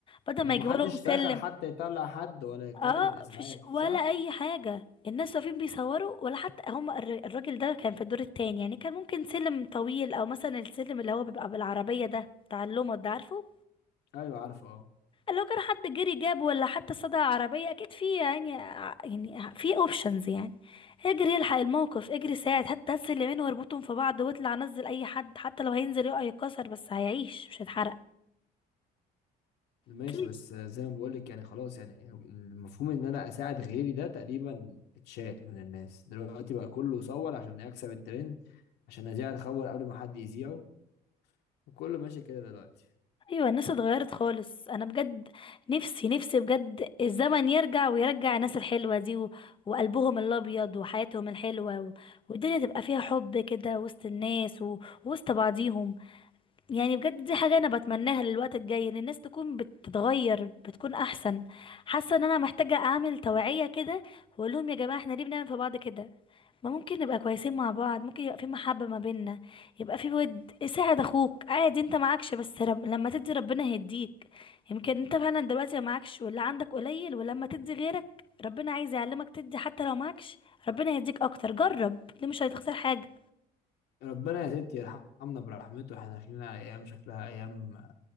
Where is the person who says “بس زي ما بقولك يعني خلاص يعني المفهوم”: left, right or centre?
Left